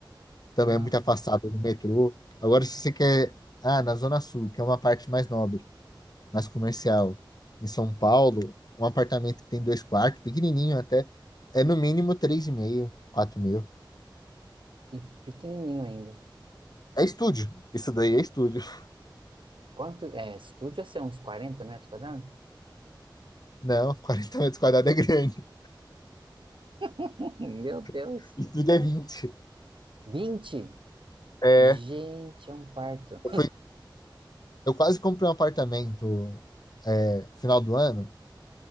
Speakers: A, on the left (about 55°); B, on the right (about 85°).
A: também
B: Ah.
A: é muito afastado do metrô. Agora, se você quer, ah, na Zona Sul, que é uma parte mais nobre, mais comercial, em São Paulo, um apartamento que tem dois quartos, pequenininho até, é no mínimo três e meio quatro mil.
B: E pequenininho ainda.
A: É estúdio. Isso daí é estúdio. <laughs>
B: Quanto é estúdio? Ia ser uns 40 metros quadrados?
A: Não, 40 metros quadrados é grande.
B: <laughs> Meu Deus!
A: <laughs> Estúdio é 20.
B: 20?
A: É,
B: Gente, é um quarto.
A: eu, fui, eu quase comprei um apartamento é, final do ano.